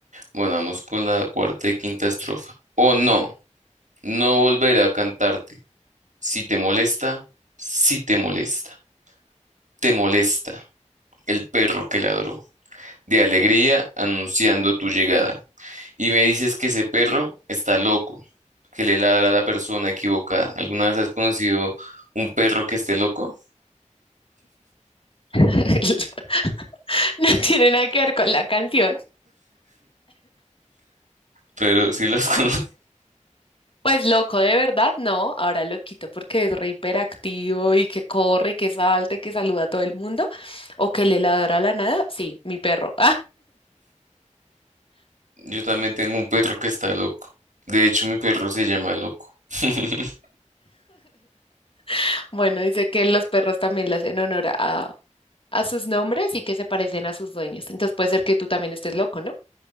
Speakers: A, on the right; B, on the left.
A: Bueno, vamos con la cuarta y quinta estrofa. Oh, no, no volveré a cantarte. Si te molesta, si te molesta. Te molesta el perro que ladró de alegría anunciando tu llegada. Y me dices que ese perro está loco, que le ladra a la persona equivocada. ¿Alguna vez has conocido un perro que esté loco?
B: <laughs> No tiene nada que ver con la canción.
A: Pero sí los <laughs> has
B: Pues loco, de verdad, no. Ahora lo quito porque es re hiperactivo y que corre y que salta y que saluda a todo el mundo o que le ladra a la nada. Sí, mi perro.
A: Yo también tengo un perro que está loco. De hecho, mi perro se llama Loco. <laughs>
B: <laughs> bueno, dice que los perros también le hacen honor a, a sus nombres y que se parecen a sus dueños. Entonces puede ser que tú también estés loco, ¿no?